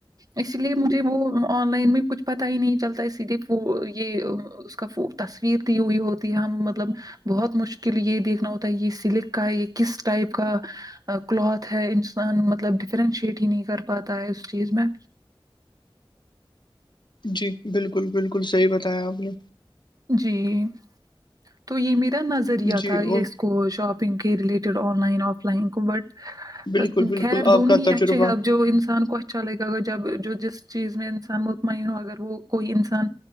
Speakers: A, on the right; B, on the left.
A: اسی لیے مجھے وہ آن لائن میں کچھ پتا ہی نہیں چلتا اسی لیے وہ یہ اس کا تصویر ت ہوئی ہوتی ہے ہم مطلب بہت مشکل یہ دیکھنا ہوتا ہے یہ سلک کا یہ کس ٹائپ کا کلتھ ہے انسان مطلب ڈفرینشیٹ ہی نہیں کر پاتا ہے اس چیز میں
B: جی بالکل بالکل صحیح بتایا آپ نے
A: جی تو یہ میرا ن ذریعہ
B: جی
A: تھا یہ
B: وہ
A: اس کو شاپنگ کے related online offline کو بٹ
B: بالکل بالکل
A: خیر دونوں
B: آپ کا
A: ہی
B: تجربہ
A: اچھے ہیں اب جو انسان کو اچھا لے گا اگر جب جو جس چیز میں انسان وہ منو اگر وہ کوئی انسان